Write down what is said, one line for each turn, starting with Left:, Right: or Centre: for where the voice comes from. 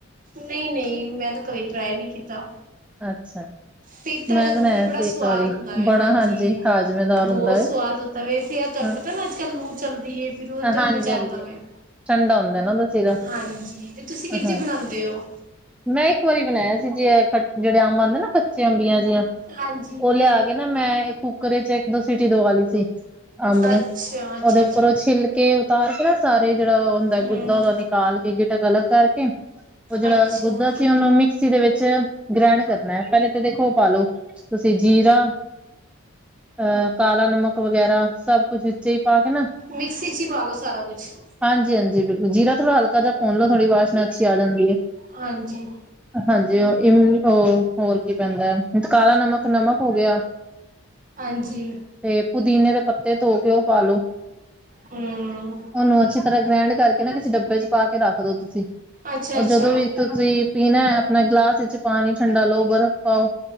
Right: ਨਹੀਂ ਨਹੀਂ ਮੈਂ ਤਾਂ ਕਦੀ ਟਰਾਈ ਨਹੀਂ ਕੀਤਾ।
Centre: ਅੱਛਾ ਜੀ।
Right: ਪੀਤਾ
Centre: ਮੈਂ
Right: ਜਰੂਰ
Centre: ਬਣਾਇਆ
Right: ਬੜਾ
Centre: ਸੀ
Right: ਸਵਾਦ
Centre: ਇੱਕ ਵਾਰੀ
Right: ਹੁੰਦਾ ਵੇ
Centre: ਬੜਾ
Right: ਹਾਂਜੀ
Centre: ਹਾਜ਼ਮੇਦਾਰ
Right: ਬਹੁਤ
Centre: ਹੁੰਦਾ
Right: ਸਵਾਦ ਤੇ ਵਾਇਸਹਿ ਏ ਫਿਰ
Centre: ਹੈ
Right: ਤਹਾਨੂੰ ਪਤਾ ਨਾ ਅੱਜ ਕੱਲ ਲੂ ਚੱਲਦੀ ਫਿਰ ਉਹਦੇ ਤੋਂ
Centre: ਹਾਂਜੀ
Right: ਹੀ ਬਚਾਉਂਦਾ
Centre: ਹਾਂਜੀ
Right: ਏ।
Centre: ਠੰਡਾ ਹੁੰਦਾ ਨਾ ਉਹਦਾ ਸੀਰਾ
Right: ਹਾਂਜੀ ਤੇ ਤੁਸੀਂ ਕਿਹਦੇ
Centre: ਹਾਂ
Right: ਚ ਬਣਾਉਂਦੇ ਹੋ।
Centre: ਮੈਂ ਇੱਕ ਵਾਰੀ ਬਣਾਇਆ ਸੀ ਜੇ ਜਿਹੜੇ ਅੰਬ ਆਉਂਦੇ ਨਾ ਕੱਚੇ ਅੰਬੀਆਂ ਜਿਆਂ
Right: ਹਾਂਜੀ
Centre: ਉਹ ਲਿਆ ਕੇ ਨਾ ਮੈਂ ਕੁੱਕਰੇ ਚ ਇੱਕ ਦੋ ਸੀਿਟੀ ਦਵਾ ਲਈ ਸੀ। ਅੰਬ ਨੂੰ
Right: ਅੱਛਾ ਅੱਛਾ
Centre: ਉਹਦੇ ਉੱਪਰ
Right: ਅੱਛਾ
Centre: ਉਹ ਛਿੱਲਕੇ ਉਤਾਰ ਕੇ ਨਾ ਸਾਰੇ ਜਿਹੜਾ ਗੁੱਦਾ
Right: ਹਮ
Centre: ਉਹਦਾ ਨਿਕਾਲ ਕੇ ਗਿਟਕ ਅਲੱਗ ਕਰਕੇ ਉਹ ਜਿਹੜਾ
Right: ਅੱਛਾ
Centre: ਗੁੱਦਾ ਸੀਂ ਉਹਨੂੰ ਮਿਕਸੀ ਦੇ ਵਿੱਚ ਗ੍ਰੈਂਡ ਕਰਨਾ ਹੈ ਪਹਿਲੇ ਤੇ ਦੇਖੋ ਓਹ ਪਾਲੋ। ਤੁਸੀਂ ਜੀਰਾ ਅਹ ਕਾਲਾ ਨਮਕ ਵਗੈਰਾ ਸਭ ਕੁਛ ਵਿੱਚ ਹੀ ਪਾ ਕੇ ਨਾ
Right: ਮਿਕਸੀ ਚ ਹੀ ਪਾਲੋ ਸਾਰਾ ਕੁਛ।
Centre: ਹਾਂਜੀ ਹਾਂਜੀ ਬਿਲਕੁਲ ਜੀਰਾ ਥੋੜਾ ਹਲਕਾ ਜਾ ਭੁਨ ਲੋ ਥੋੜੀ ਜੀ ਵਾਸ਼ਨਾ ਅੱਛੀ ਆ ਜਾਂਦੀ ਹੈ।
Right: ਹਾਂਜੀ।
Centre: ਹਾਂਜੀ ਉਹ ਹੋਰ ਕੀ ਪੈਂਦਾ ਹੈ, ਕਾਲਾ ਨਮਕ ਨਮਕ ਹੋ ਗਿਆ। <inaudible>
Right: ਹਾਂਜੀ
Centre: ਤੇ ਪੁਦੀਨੇ ਦੇ ਪੱਤੇ ਧੋ ਕੇ ਉਹ ਪਾਲੋ।
Right: ਹਮ
Centre: ਓਨੂੰ ਅੱਛੀ ਤਰ੍ਹਾਂ ਗ੍ਰੈਂਡ ਕਰਕੇ ਨਾ ਕਿਸੇ ਡੱਬੇ ਚ ਪਾ ਕੇ ਰੱਖਦੋ। ਤੁਸੀਂ
Right: ਅੱਛਾ
Centre: ਉਹ
Right: ਅੱਛਾ
Centre: ਜਦੋਂ ਵੀ ਤੁਸੀਂ ਪੀਨਾ ਆਪਣਾ ਗਿਲਾਸ ਵਿੱਚ ਪਾਨੀ ਠੰਡਾ ਲਓ ਬਰਫ਼ ਪਾਓ।